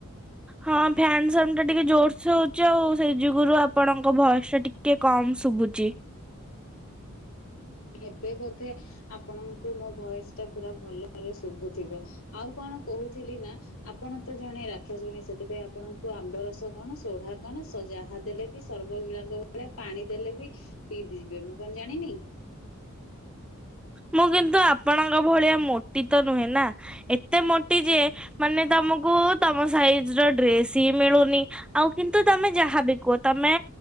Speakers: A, in the centre; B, on the left (about 65°).
A: ହଁ ଫ୍ୟାନ ସାଉଣ୍ଡ ଟା ଟିକେ ଜୋରସେ ହଉଛି ଆଉ ସେଇ ଯୁଗୁରୁ ଆପଣଙ୍କ ଭଏସ ଟା ଟିକେ କମ ଶୁଭୁଛି।
B: ଏବେ ବୋଧେ ଆପଣଙ୍କୁ ମୋ ଭଏସ ଟା ପୁରା ଭଲରେ ଶୁଭୁଥିବ ଆଉ କଣ କହୁଥିଲି ନା ଆପଣ ତ ଜଣେ ରାକ୍ଷ ଶୁଣୀ ସେଥିପାଇଁ ଆପଣଙ୍କୁ ଆମ୍ବ ରସ କଣ ସୋଢା କଣ ଯାହା ଦେଲେ ବି ସର୍ବଗିଳାଙ୍କ ଭଳିଆ ପାଣି ଦେଲେ ବି ପିଇଦିବେ ମୁଁ କଣ ଯ ନାଇଁ ନାଇଁ ।
A: ମୁଁ କିନ୍ତୁ ଆପଣଙ୍କ ଭଳିଆ ମୋଟି ତ ନୁହେଁ ନା ଏତେ ମୋଟି ଯେ ମାନେ ତମକୁ ତମ ସାଇଜ ର ଡ୍ରେସ ହି ମିଳୁନି ଆଉ କିନ୍ତୁ ତମେ ଯାହାବି କୁହ ତମେ